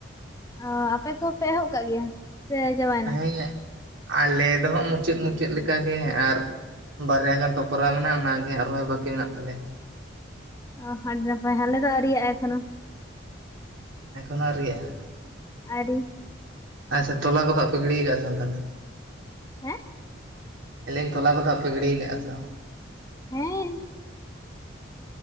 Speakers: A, on the left; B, on the right.
A: ᱚᱻ ᱟᱯᱮ ᱠᱚᱦᱚᱸ ᱯᱮ ᱮᱦᱚᱵ ᱠᱟᱜ ᱜᱮᱭᱟ? <unintelligible>
B: ᱦᱮᱸ ᱟᱞᱮ ᱫᱚᱦᱟᱸᱜ ᱢᱩᱪᱟᱹᱫ ᱢᱩᱪᱟᱹᱫ ᱞᱮᱠᱟᱜᱮ ᱟᱨ ᱵᱟᱨᱭᱟ ᱜᱟᱱ ᱴᱚᱯᱨᱟ ᱢᱮᱱᱟᱜᱼᱟ ᱚᱱᱟᱜᱮ ᱟᱨ ᱨᱚᱦᱚᱭ ᱵᱟᱹᱠᱤ ᱢᱮᱱᱟᱜ ᱛᱟᱞᱮᱭᱟ
A: ᱚ <unintelligible> ᱦᱟᱞᱮ ᱫᱚ ᱟᱣᱨᱤᱭᱟᱜ-ᱟ ᱮᱠᱷᱚᱱᱚ
B: ᱮᱠᱷᱚᱱᱚ ᱟᱣᱨᱤᱭᱟᱜ - ᱟ
A: ᱟᱭᱨᱤ
B: ᱟᱪᱪᱷᱟ ᱛᱚᱞᱟ ᱠᱚᱫᱚ ᱟᱜ ᱯᱮ ᱜᱤᱰᱤ ᱟᱠᱟᱫ-ᱟ ᱥᱮ ᱵᱟᱝ ᱛᱟᱦᱚᱞᱮ?
A: ᱦᱮᱸ
B: ᱞᱮᱸᱧ ᱛᱚᱞᱟ ᱠᱚᱫᱚ ᱦᱟᱜ ᱯᱮ ᱜᱤᱰᱤᱭ ᱠᱟᱜ-ᱟ ᱥᱮ ᱵᱟᱝ?
A: ᱦᱮᱸ